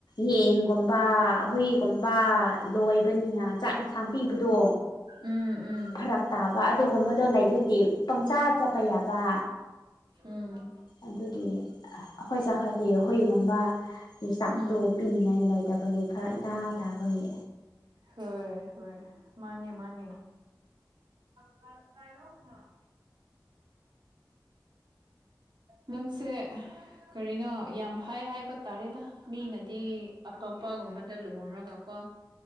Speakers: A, on the left; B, on the right.
A: ꯌꯦꯟꯒꯨꯝꯕ ꯍꯨꯏꯒꯨꯝꯕ ꯂꯣꯏꯕꯅꯤꯅ ꯆꯥꯛ ꯏꯟꯁꯥꯡ ꯄꯤꯕꯗꯣ
B: ꯎꯝ ꯎꯝ
A: ꯐꯔꯛ ꯇꯥꯕ ꯑꯗꯨꯒꯨꯝꯕꯗꯣ ꯂꯩꯗ꯭ꯔꯗꯤ ꯄꯪꯆꯥꯥ ꯆꯠꯄ ꯌꯥꯕ
B: ꯎꯝ
A: ꯑꯗꯨꯒꯤ ꯑꯩꯈꯣꯏ ꯆꯠꯈ꯭ꯔꯗꯤ ꯍꯨꯏꯒꯨꯝꯕ ꯆꯥꯛꯇꯣ
B: ꯎꯝ
A: ꯄꯤꯅꯤꯡꯉꯥꯏ ꯂꯩꯇꯕꯒꯤ ꯐꯔꯛ ꯏꯇꯥ ꯇꯥꯕꯒꯤ
B: ꯍꯣꯏ ꯍꯣꯏ ꯃꯥꯅꯦ ꯃꯥꯅꯦ ꯀ ꯀꯥꯏꯂꯣ ꯍꯥ <unintelligible> ꯅꯪꯁꯦ ꯀꯔꯤꯅꯣ ꯌꯥꯝ ꯐꯥꯏ ꯍꯥꯏꯕ ꯇꯥꯔꯦꯗ ꯃꯤꯅꯗꯤ ꯑꯇꯣꯞꯄꯒꯨꯝꯕꯗ ꯂꯨꯍꯣꯡ ꯔꯒꯀꯣ